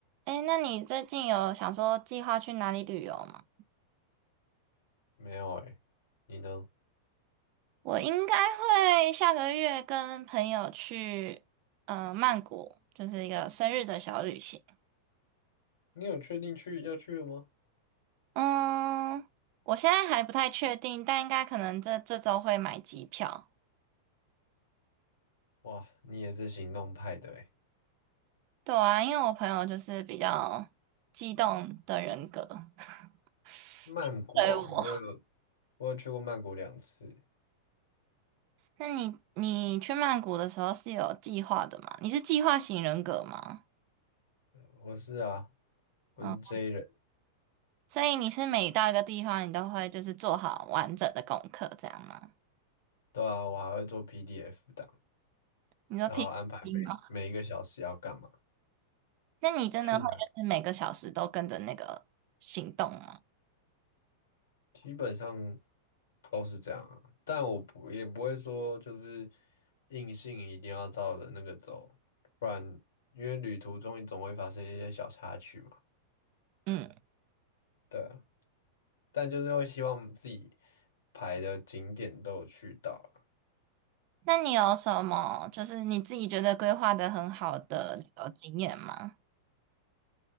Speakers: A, on the right; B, on the left.
A: 哎，那你最近有想说计划去哪里旅游吗？
B: 没有哎、你呢？
A: 我应该会下个月跟朋友去，呃，曼谷，就是一个生日的小旅行。
B: 你有确定去要去了吗？
A: 嗯，我现在还不太确定，但应该可能这这周会买机票。
B: 哇，你也是行动派的哎、
A: 对啊，因为我朋友就是比较激动的人格，<laughs>
B: 曼谷哦，
A: 所以我
B: 我嗯有
A: <laughs>。
B: 我有去过曼谷两次，
A: 那你你去曼谷的时候是有计划的吗？你是计划型人格吗？
B: 我是啊，我是
A: 嗯。
B: J 人，
A: 所以你是每到一个地方，你都会就是做好完整的功课，这样吗？
B: 对啊，我还会做 PDF 档，
A: 你说
B: 然后安排每每一个小时要干嘛，
A: PPT 吗？那你真的会就是每个小时都跟着那个行动吗？
B: 去哪，基本上都是这样啊，但我不也不会说就是硬性一定要照着那个走，不然因为旅途中你总会发生一些小插曲嘛，
A: 嗯，
B: 对啊但就是会希望自己排的景点都有去到啊
A: 那你有什么就是你自己觉得规划的很好的旅游经验吗？